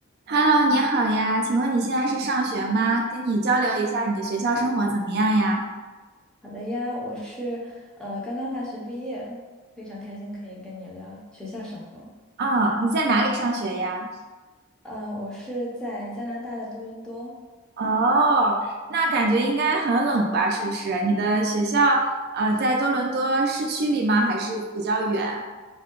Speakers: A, on the right; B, in the centre.
A: Hello，你好呀，请问你现在是上学吗？跟你交流一下你的学校生活怎么样呀？
B: 好的呀，我是呃刚刚大学毕业，非常开心可以跟你聊学校生活。
A: 哦，你在哪里上学呀？
B: 呃，我是在加拿大的多伦多，
A: 哦，那感觉应该很冷吧？是不是？你的学校呃在多伦多市区里吗？还是比较远？